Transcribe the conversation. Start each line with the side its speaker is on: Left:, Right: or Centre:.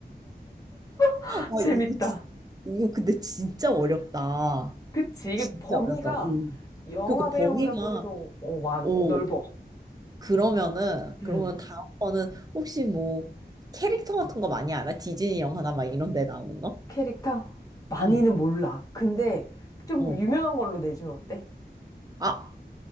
Left: <laughs>
Right: 와,
Left: 재밌다.
Right: 이거 진- 이거 근데 진짜 어렵다.
Left: 그치. 이게
Right: 진짜
Left: 범위가
Right: 어렵다. 음.
Left: 영화
Right: 그러니까 범위가
Left: 배우라고 해도 어, 완,
Right: 오
Left: 넓어.
Right: 그러면은
Left: 음.
Right: 그러면 다음번은 혹시 뭐 캐릭터 같은 거 많이 알아? 디즈니 영화나 막 이런 데 나오는 거?
Left: 캐릭터? 많이는
Right: 응.
Left: 몰라. 근데 좀
Right: 응.
Left: 유명한 걸로 내주면 어때?
Right: 아,